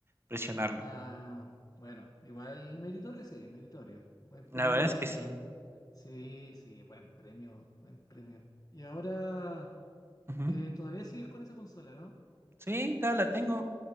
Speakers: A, on the right (about 25°); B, on the left (about 35°).
A: presionarlo.
B: Ah, bueno, igual meritorio, sí, meritorio. Buen
A: La
B: premio,
A: verdad es que sí.
B: sí, sí, buen premio, buen premio. Y ahora,
A: Ujú.
B: eh, todavía sigues con esa consola, ¿no?
A: Sí, todavía la tengo.